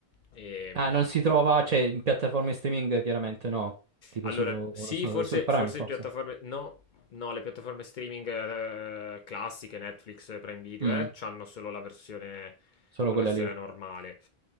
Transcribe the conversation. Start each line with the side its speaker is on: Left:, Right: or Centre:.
Left: Ehm,
Right: Ah, non si trova, cioè, in piattaforme streaming chiaramente no, tipo
Left: Allora,
Right: su, non
Left: sì,
Right: so,
Left: forse,
Right: su Prime
Left: forse
Right: forse.
Left: in piattaforme... No, no, le piattaforme streaming eh, classiche, Netflix, Prime Video,
Right: Mm,
Left: eh, c'hanno solo la versione,
Right: solo
Left: la
Right: quella
Left: versione
Right: lì.
Left: normale.